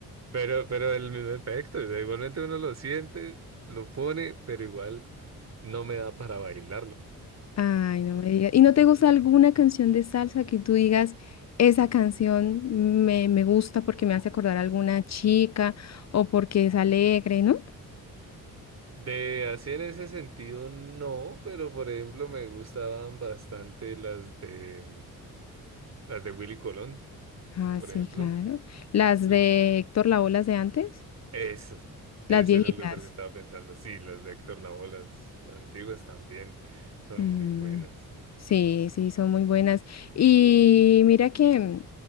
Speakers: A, on the right; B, on the left.
A: Pero, pero el mismo efecto, o sea, igualmente uno lo siente, lo pone, pero igual no me da para bailarlo.
B: Ay, no me digas. ¿Y no te gusta alguna canción de salsa que tú digas, esa canción me, me gusta porque me hace acordar a alguna chica o porque es alegre, ¿no?
A: De así en ese sentido no, pero por ejemplo me gustaban bastante las de las de Willy Colón,
B: Ah,
A: por
B: sí,
A: ejemplo.
B: claro. Las
A: L-
B: de Héctor Lavoe, las de antes,
A: Esas,
B: las
A: ese
B: viejitas.
A: era el otro que estaba pensando. Sí, las de Héctor Lavoe, las, las antiguas también son
B: Mm,
A: muy buenas.
B: sí, sí, son muy buenas. Y mira que mm,